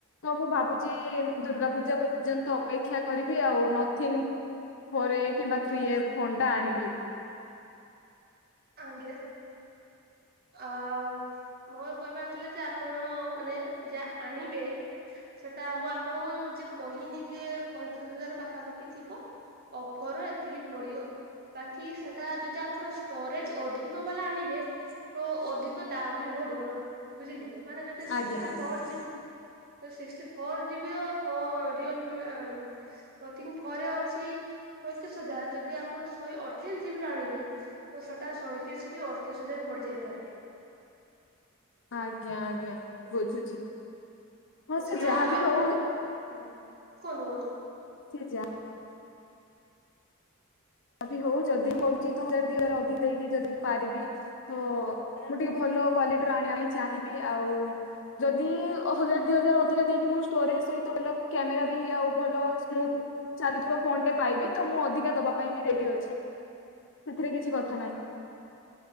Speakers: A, on the left; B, on the right.
A: ତ ମୁଁ ଭାବୁଛି ଦୁର୍ଗା ପୂଜା ପର୍ଯ୍ୟନ୍ତ ଅପେକ୍ଷା କରିବି ଆଉ ନଥିଙ୍ଗ। ଫୋର୍ ଏ କିମ୍ବା ଥ୍ରୀ ଏ ଫୋନ୍ ଟା ଆଣିବି।
B: ଆଜ୍ଞା। ଅ ମୋ କହିବା ଆସିଲା ଯେ ଆପଣ ମାନେ ଯାହା ଆଣିବେ। ସେଟା ମୁଁ ଆପଣଙ୍କୁ ଯେ କହିନି ଯେ ପଇଁତିରିଶ ହଜାର ପାଖାପାଖି ଥିବ। ଅଫର ଏତିକି ପଡିବ। ବାକି ସେଟା ଯଦି ଆପଣ ଷ୍ଟୋରେଜ ଅଧିକ ବାଲା ଆଣିବେ ତ ଅଧିକ ଦାମ୍ ବି ବଢିବ ବୁଝିଲେ ମାନେ ଯଦିି
A: ଆଜ୍ଞା
B: ସିକ୍ଟି
A: ଆଜ୍ଞା
B: ଫର ଜିବି ସିକସଟି ଫୋର ଯିବି ରିଅଲ ନ ରେ ଅଛି ପଇଁତିରିଶ ହଜାର ଯଦି ଆପଣ ଶହେ ଅଠେଇଶ ଜିବି ର ଆଣିବେ। ତ ସେଟା ସଇଁତିରିଶ କି ଅଠତିରିଶ ହଜାର ପଡିଯାଇପାରେ।
A: ଆଜ୍ଞା ଆଜ୍ଞା ବୁଝୁଛି। ହଁ
B: ତ
A: ସେ
B: ସେଟା
A: ଯାହାବି
B: ଆପଣ
A: ହଉ
B: ହଁ କୁହନ୍ତୁ କୁହନ୍ତୁ।
A: ସେଜା ଆପ ହଉ ଯଦି ହଡୁଛି ତମ ଦିଇରେ ଅଧିକ ଦେଇକି ଯଦି ମୁ ପାରିବି ତ ମୁଁ ଟିକେ ଭଲ କ୍ଵାଲିଟି ର ଆଣିବା ପାଇଁ ଚାହିଁବି ଆଉ ଯଦି ହଜାର ଦି ହଜାର ଅଧିକା ଦେଇକି ମୁଁ ଷ୍ଟୋରେଜ ସହିତ ଭଲ କ୍ୟାମେରା ବି ଆଉ ଭଲ ସ୍ମୁଥ ଚାଲଥିବା ଫୋନ ଟେ ପାଇବି ତ ମୁଁ ଅଧିକା ଦବା ପାଇଁ ବି ରେଡି ଅଛି ସେଥିରେ କିଛି କଥା ନାହିଁ।